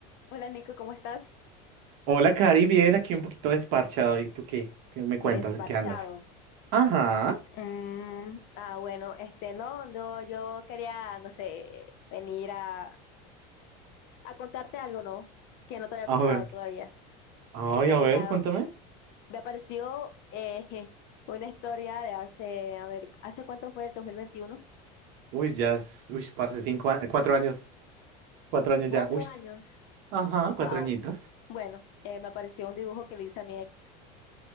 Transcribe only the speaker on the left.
Hola Nico, ¿cómo estás?
Desparchado.
Mm, ah, bueno, este, no, no, yo quería, no sé, venir a, a contarte algo, ¿no? Que no te había
contado
todavía.
Es que,
mira,
me apareció eh, <laughs> una historia de hace, a ver, ¿hace cuánto fue el 2021,
Cuatro
años.
Wow.
Bueno, eh, me apareció un dibujo que le hice a mi ex